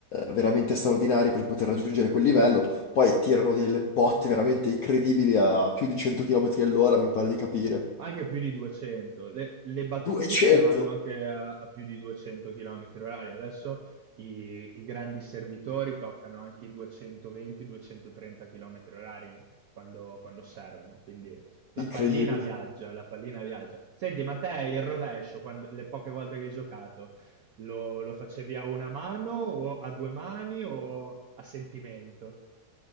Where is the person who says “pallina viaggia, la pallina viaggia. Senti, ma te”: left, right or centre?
Right